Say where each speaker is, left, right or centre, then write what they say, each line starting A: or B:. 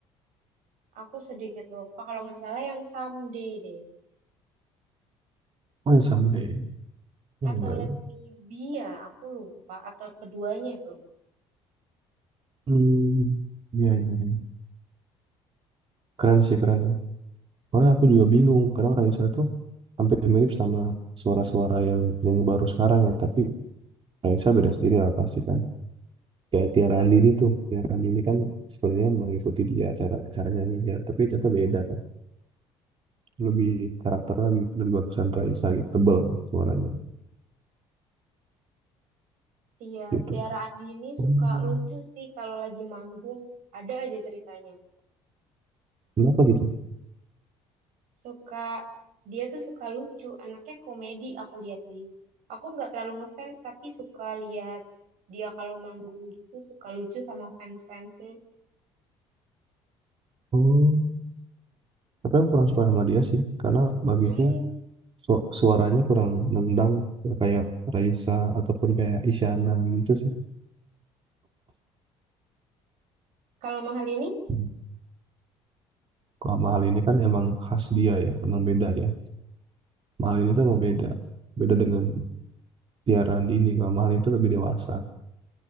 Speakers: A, on the right; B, on the right.
A: aku sedikit lupa kalau nggak salah yang Someday deh.
B: Oh yang Someday. Ya
A: Atau
B: ya. ya.
A: Let Me Be ya, aku lupa atau keduanya itu.
B: Hmm, iya iya. iya. Keren sih keren ya. Soalnya aku juga bingung karena Raisa tuh hampir mirip sama suara-suara yang penyanyi baru sekarang ya. Tapi Raisa beda sendiri lah pasti kan. Kayak Tiara
A: Hmm,
B: Andini tuh. Tiara Andini kan sebenarnya mengikuti dia cara cara nyanyinya. Tapi ternyata beda kan. Lebih karakternya lebih, lebih bagusan Raisa gitu. Tebel suaranya
A: Iya,
B: gitu.
A: Tiara Andini
B: Hmm,
A: suka lucu sih kalau lagi manggung. Ada aja ceritanya.
B: kenapa gitu?
A: Suka dia tuh suka lucu, anaknya komedi aku lihat sih. Aku nggak terlalu ngefans tapi suka lihat dia kalau manggung gitu suka lucu sama fans-fansnya.
B: Oh, tapi aku kurang suka sama dia sih. Karena bagiku
A: Hmm,
B: su- suaranya kurang nendang kayak Raisa ataupun kayak Isyana gitu sih.
A: kalau mahal ini
B: Hmm. Kalau mahal ini kan emang khas dia ya, memang beda ya. Mahal ini tuh emang beda. Beda dengan Tiara ini Kalau mahal itu lebih dewasa,